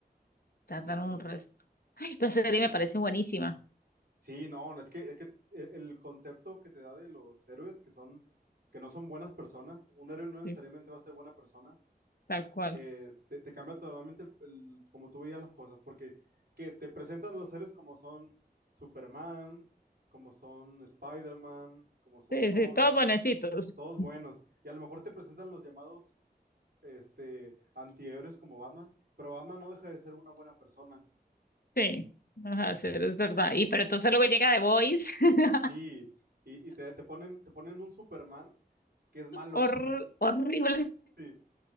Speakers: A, on the left; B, on the right.
A: tardaron
B: Entonces,
A: un resto. Ay, pero esa
B: yo
A: serie
B: creo
A: me parece buenísima.
B: sí, no, es que, es que el el concepto que te da de los héroes que son, que no son buenas personas, un héroe no
A: Sí,
B: necesariamente va a ser buena persona
A: tal cual.
B: eh, te, te cambia totalmente el, el- como tú veías las cosas, porque que te presentan los héroes como son Superman, como son Spider-Man, como son
A: Sí,
B: Thor,
A: sí, todos
B: o sea, que
A: bonecitos.
B: son, que son todos buenos. Y a lo mejor te presentan los llamados este, antihéroes como Batman, pero Batman no deja de ser una buena persona.
A: Sí, ajá, sí, es verdad. Y pero entonces luego llega The Voice, <laughs>
B: Sí, y, y te, te ponen, te ponen un Superman que es malo,
A: hor- horrible.
B: <laughs> sí,